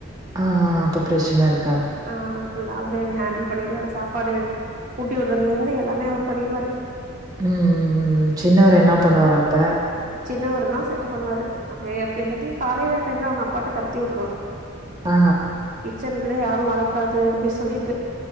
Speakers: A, on the right; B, on the right.
A: ஆ அப்ப பிரச்சனை இருக்
B: ஆ ஃபுல் அவரு ஹேண்டில் பண்ணிடுவாரு சாப்பாடு ஊட்டி விடுறதுலருந்து எல்லாமே அவரு பண்ணிடுவாரு
A: ம் ம் ம் ம் சின்னவர் என்ன பண்ணுவார் அப்ப
B: சின்னவர் தான் சேட்டை பண்ணுவாரு அ எல்லாத்தையும் காலையில டைம்ல அவுங்க அப்பாட்ட துரத்தி விட்ருவவேன்
A: ஆ
B: கிச்சன்க்குள்ள யாரும் வரக்கூடாது அப்டின் சொல்லிட்டேன்